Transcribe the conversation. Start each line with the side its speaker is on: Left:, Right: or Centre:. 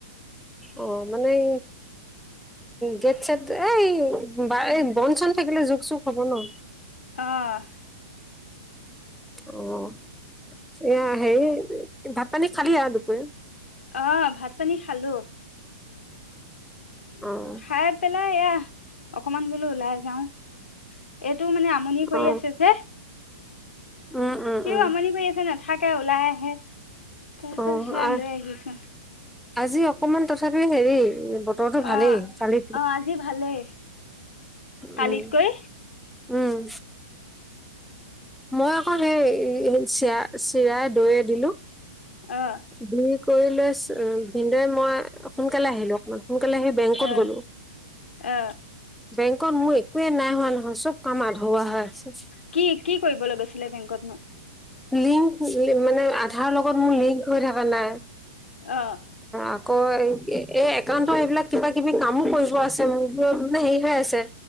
Centre: অ', মানে এই গেট চেট, এই, এই বন চন থাকিলে জুক চুক হ'ব ন'?
Left: অ'।
Centre: অ', এইয়া হেৰি ভাত পানী খালি আৰু দুপৰিয়া?
Left: অ', ভাত পানী খালোঁ।
Centre: অ'।
Left: খাই পেলাই এইয়া, অকমান বোলো ওলাই যাওঁ। এইটো মানে আমনি কৰি
Centre: অ
Left: আছে যে।
Centre: উম উম
Left: সিও
Centre: উম
Left: আমনি কৰি আছে, নাথাকে ওলাই আহে। তাৰপিছত
Centre: অ',
Left: সেয়া
Centre: আহ,
Left: লৈ আহিছো
Centre: আজি অকমান তথাপিও হেৰি বতৰটো ভালেই
Left: অ',
Centre: কালি
Left: অ', আজি ভালেই,
Centre: উম
Left: কালিতকৈ।
Centre: উম, মই আকৌ হেৰি, চিৰা, চিৰাই দৈয়ে দিলোঁ।
Left: অ
Centre: দি কৰি লৈ ভিনদেউৱে মই সোনকালে আহিলোঁ, সোনকালে আহি বেংকত
Left: অ
Centre: গলোঁ,
Left: অ
Centre: বেংকত মোৰ একোয়েই নাই হোৱা নহয়, চব কাম আধৰুৱা হৈ আছে।
Left: কি কি কৰিবলৈ গৈছিলে বেংকতনো
Centre: লিংক মানে, আধাৰ লগত মোৰ লিংক হৈ থকা নাই।
Left: অ
Centre: আকৌ, এই একাউন্টৰ এইবিলাক কিবা কিবি কামো কৰিব আছে। মোৰ হেৰি হৈ আছে,